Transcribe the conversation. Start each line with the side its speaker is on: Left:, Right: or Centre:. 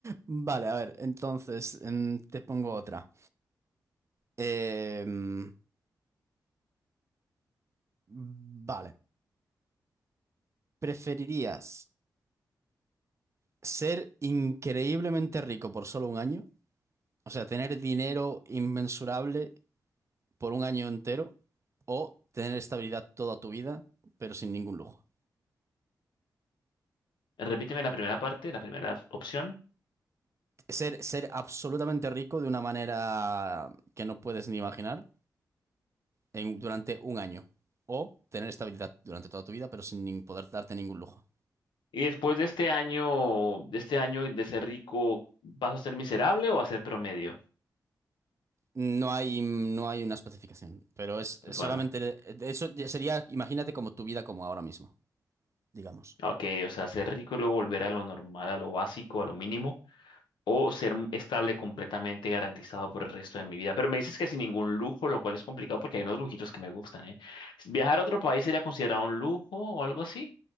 Right: Vale, a ver, entonces em, te pongo otra. Em, vale, ¿preferirías ser increíblemente rico por solo un año? O sea, tener dinero inmensurable por un año entero o tener estabilidad toda tu vida, pero sin ningún lujo.
Left: Repíteme la primera parte, la primera opción.
Right: Ser, ser absolutamente rico de una manera que no puedes ni imaginar en- durante un año o tener estabilidad durante toda tu vida, pero sin nin- poder darte ningún lujo.
Left: Y después de este año, de este año de ser rico, ¿vas a ser miserable o a ser promedio?
Right: No hay, no hay una especificación, pero es,
Left: Porque,
Right: es solamente,
Left: Bueno,
Right: eso ya sería, imagínate como tu vida como ahora mismo, digamos.
Left: ok, o sea, ser rico y luego volver a lo normal, a lo básico, a lo mínimo, o ser m- estable completamente garantizado por el resto de mi vida. Pero me dices que sin ningún lujo, lo cual es complicado porque hay unos lujitos que me gustan, ¿eh? ¿Viajar a otro país sería considerado un lujo o algo así?